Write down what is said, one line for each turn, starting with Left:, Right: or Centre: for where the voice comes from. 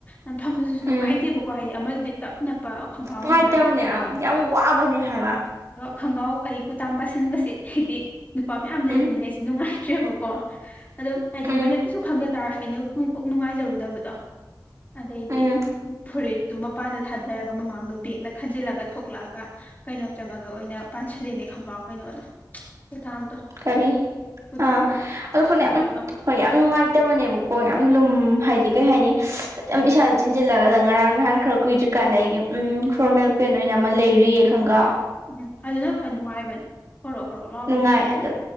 Left: ꯑ ꯐꯝꯝꯕꯁꯨ
Right: ꯎꯝ
Left: ꯅꯨꯡꯉꯥꯏꯇꯦꯕꯀꯣ꯫ ꯍꯥꯏꯗꯤ ꯑꯃꯗꯨꯗꯤ ꯇꯞ ꯅꯞꯄ ꯈꯣꯡꯒ꯭ꯔꯥꯎꯅꯤꯅ
Right: ꯅꯨꯡꯉꯥꯏꯇꯕꯅꯦ ꯑꯪ ꯌꯥꯝ ꯋꯥꯕꯅꯦ ꯍꯥꯏꯕ
Left: ꯈꯣꯡꯒꯥꯎ ꯑꯩ ꯀꯨꯇꯥꯝ ꯄꯥꯁꯤꯟꯕꯁꯦ ꯍꯩꯗꯤ ꯅꯨꯄꯥ ꯃꯌꯥꯝ ꯂꯩꯕꯅꯤꯅ
Right: ꯎꯝ
Left: ꯑꯩꯁꯦ ꯅꯨꯡꯉꯥꯏꯇ꯭ꯔꯦꯕ ꯀꯣ ꯑꯗꯨꯝ ꯍꯥꯏꯗꯤ
Right: ꯎꯝ
Left: ꯃꯣꯏꯅ ꯀꯩꯁꯨ ꯈꯪꯒ ꯇꯥꯔꯁꯨ ꯑꯩꯅ ꯍꯨꯝ ꯀꯣꯛ ꯅꯨꯡꯉꯥꯏꯖꯔꯨꯗꯕꯗꯣ꯫ ꯑꯗꯩꯗꯤ꯫
Right: ꯎꯝ
Left: ꯐꯨꯔꯤꯠꯇꯨ ꯃꯄꯥꯟꯗ ꯊꯥꯗꯔꯒ ꯃꯃꯥꯡꯗꯣ ꯕꯦꯛꯅ ꯈꯟꯖꯤꯜꯂꯒ ꯊꯣꯛꯂꯛꯑꯒ ꯀꯩꯅꯣ ꯆꯪꯉꯒ ꯑꯣꯏꯅ ꯄꯥꯟꯁꯤꯜꯂꯤꯅꯦ ꯈꯣꯡꯒꯥꯎ ꯀꯩꯅꯣꯗꯣ꯫ ꯀꯨꯗꯥꯝꯗꯣ
Right: ꯀꯔꯤ
Left: ꯀꯨꯗꯥꯝꯗꯣ
Right: ꯑ ꯑꯗꯨ ꯈꯪꯗꯦ
Left: ꯀꯩꯅꯣ
Right: ꯎꯝ꯫
Left: ꯆꯪꯉꯒ
Right: ꯍꯣꯏ ꯌꯥꯝ ꯅꯨꯡꯉꯥꯏꯇꯕꯅꯦꯕꯀꯣ ꯌꯥꯝ ꯂꯨꯝ
Left: ꯎꯝ
Right: ꯍꯥꯏꯗꯤ ꯀꯩ ꯍꯥꯏꯅꯤ ꯁꯤꯁ ꯏꯁꯥꯗ ꯆꯤꯟꯁꯤꯜꯂꯒ ꯑꯗ ꯉꯔꯥꯡ ꯅꯍꯥꯟ ꯈꯔ ꯀꯨꯏꯗ꯭ꯔꯤꯀꯥꯟꯗ ꯑꯩꯒꯤ ꯎꯝ ꯐꯣꯔꯃꯦꯜ ꯄꯦꯟ ꯑꯣꯏꯅ ꯑꯃ ꯂꯩꯔꯨꯏꯌꯦ ꯈꯣꯡꯒꯥꯎ꯫
Left: ꯎꯝ ꯑꯗꯨꯅ ꯈꯔ ꯅꯨꯡꯉꯥꯏꯕꯅꯦ ꯍꯣꯔꯛ ꯍꯣꯔꯣꯛ ꯂꯥꯎꯕꯅꯤꯅ꯫
Right: ꯅꯨꯡꯉꯥꯏ ꯑꯗꯣ